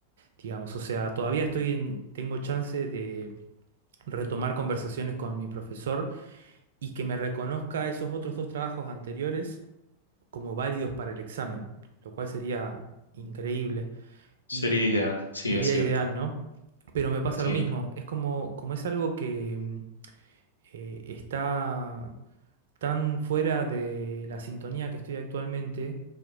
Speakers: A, on the right; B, on the left.
A: digamos. O sea, todavía estoy en, tengo chance de retomar conversaciones con mi profesor y que me reconozca esos otros dos trabajos anteriores como válidos para el examen, lo cual sería increíble
B: sería
A: y
B: ideal, sí,
A: sería
B: es cierto,
A: ideal, ¿no? Pero me pasa
B: sí,
A: lo mismo, es como, como es algo que... mm, eh, está tan fuera de la sintonía que estoy actualmente,